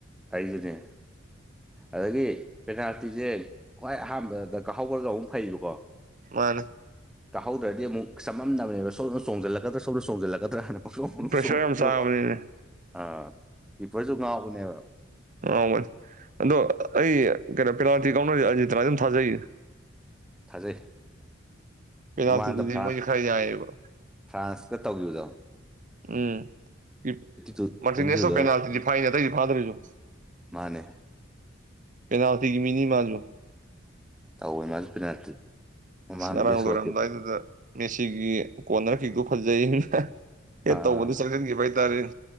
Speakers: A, in the centre; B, on the right.
A: ꯑꯩꯖꯨꯅꯦ ꯑꯗꯒꯤ ꯄꯦꯅꯥꯜꯇꯤꯁꯦ ꯈ꯭ꯋꯥꯏ ꯑꯍꯥꯟꯕꯗ ꯀꯥꯍꯧꯔꯒ ꯑꯃꯨꯛ ꯐꯩꯌꯦꯕꯀꯣ
B: ꯃꯟꯅꯦ
A: ꯀꯥꯍꯧꯗ꯭ꯔꯗꯤ ꯑꯃꯨꯛ ꯆꯥꯃꯝꯅꯕꯅꯦꯕ ꯁꯣꯝꯗ ꯆꯣꯡꯖꯜꯂꯛꯀꯥꯗ꯭ꯔ ꯁꯣꯝꯗ ꯆꯣꯡꯖꯜꯂꯛꯀꯥꯗ꯭ꯔ ꯍꯥꯅ ꯄꯪꯆꯣꯡꯗ
B: ꯄ꯭ꯔꯦꯁꯔ
A: ꯆꯣꯡ
B: ꯌꯥꯝ
A: <unintelligible>
B: ꯆꯥꯕꯅꯤꯅꯦ
A: ꯔꯣ ꯑꯥ ꯀꯤꯄꯔꯁꯨ ꯉꯥꯎꯕꯅꯦꯕ
B: ꯉꯥꯎꯕꯅꯦ ꯑꯗꯣ ꯑꯩ ꯀꯩꯅꯣ ꯄꯦꯅꯥꯜꯇꯤ ꯀꯥꯎꯅꯔꯤ ꯑꯔꯖꯦꯟꯇꯤꯅ ꯑꯗꯨꯝ ꯊꯥꯖꯩ
A: ꯊꯥꯖꯩ
B: ꯄꯦꯅꯥꯜꯇꯤꯗꯨꯗꯤ
A: ꯃꯃꯥꯡꯗ ꯐ꯭ꯔꯥꯟ
B: ꯃꯣꯏꯁꯦ ꯈꯔ ꯌꯥꯏꯌꯦꯕ
A: <unintelligible> ꯐ꯭ꯔꯥꯟꯁꯀꯥ ꯇꯧꯒꯤꯕꯗꯣ
B: ꯎꯝ <unintelligible>
A: ꯇꯨ
B: ꯃꯔꯇꯤꯅꯦꯁꯇꯣ
A: ꯇ꯭ꯋꯦꯟꯇꯤ ꯇꯨꯗ
B: ꯄꯦꯅꯥꯜꯇꯤꯗꯤ ꯐꯥꯏꯌꯦꯅꯦ ꯑꯇꯩꯗꯤ ꯐꯥꯗꯔꯤꯗꯣ
A: ꯃꯥꯅꯦ
B: ꯄꯦꯅꯥꯜꯇꯤꯒꯤ ꯃꯤꯅꯤ ꯃꯥꯖꯨ
A: ꯇꯧꯋꯦ ꯃꯥꯁꯨ ꯄꯦꯅꯥꯜꯇꯤ ꯃꯃꯥꯡꯗ
B: ꯑꯁ ꯉꯔꯥꯡ
A: ꯕꯦꯁꯕꯣꯜ
B: ꯂꯣꯏꯔꯝꯗꯥꯏꯗꯨꯗ
A: ꯀꯤꯞ
B: ꯃꯦꯁꯤꯒꯤ ꯀꯣꯟꯅꯔ ꯀꯤꯛꯇꯣ ꯐꯖꯩ <unintelligible> ꯑꯦꯠ
A: ꯑꯥ
B: ꯇꯧꯕꯗ ꯆꯜꯍꯟꯈꯤꯕ ꯍꯥꯏꯇꯥꯔꯦꯟ